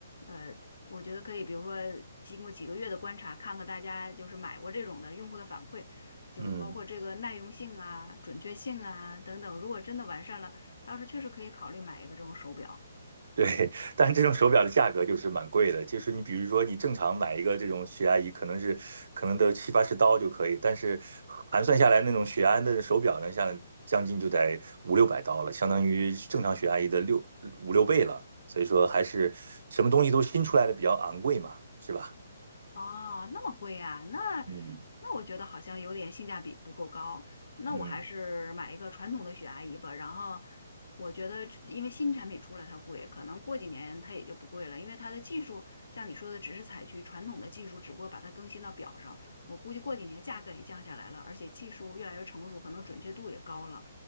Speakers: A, on the left; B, on the right.
A: 呃，我觉得可以，比如说经过几个月的观察，看看大家就是买过这种的用户的反馈，就是包括这个耐用性啊、
B: 嗯，
A: 准确性啊等等，如果真的完善了，到时确实可以考虑买一个这种手表。
B: 对，<laughs> 但是这种手表的价格就是蛮贵的，就是你比如说你正常买一个这种血压仪，可能是可能得七八十刀就可以，但是盘算下来那种血压的手表呢，像将近就得五六百刀了，相当于正常血压仪的六五六倍了，所以说还是什么东西都新出来的比较昂贵嘛，是吧？
A: 哦，那么贵啊？那
B: 嗯
A: 那我觉得好像有点性价比不够高。那我还是买一个传统的血压仪吧。
B: 嗯。
A: 然后我觉得这因为新产品出来它贵，可能过几年它也就不贵了，因为它的技术像你说的，只是采取传统的技术，只不过把它更新到表上。我估计过几年价格也降下来了，而且技术越来越成熟，可能准确度也高了。